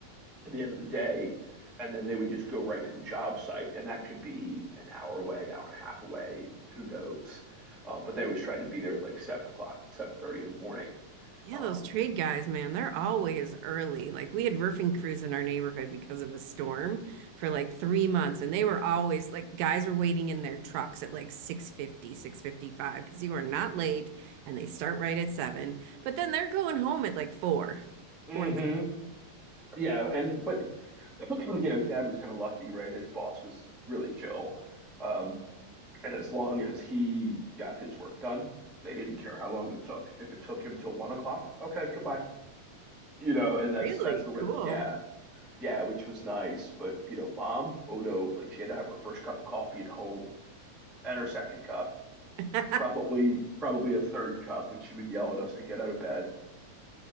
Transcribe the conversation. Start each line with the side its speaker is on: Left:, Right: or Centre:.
Centre: at the end of the day, and then they would just go right to the job site. And that could be an hour away, hour and a half away, who knows? Um, but they always tried to be there at like seven o'clock, seven thirty in the morning.
Right: Yeah,
Centre: Um,
Right: those trade guys, man, they're always early. Like we had roofing crews in our neighborhood because of a storm for like three months, and they were always like guys were waiting in their trucks at like six fifty, six fifty five, because you are not late and they start right at seven. But then they're going home at like four.
Centre: hmm
Right: Four.
Centre: yeah, and but <clears throat> you know, Dad was kind of lucky, right? His boss was really chill. Um, and as long as he got his work done, they didn't care how long it took. If it took him till one o'clock, okay, goodbye. You know, and that's
Right: Really
Centre: that's the way,
Right: cool.
Centre: yeah, yeah, which was nice. But you know, mom, oh no, like she had to have her first cup of coffee at home and her second cup.
Right: <laughs> Did
Centre: and Probably, probably a third cup when she would yell at us to get out of bed,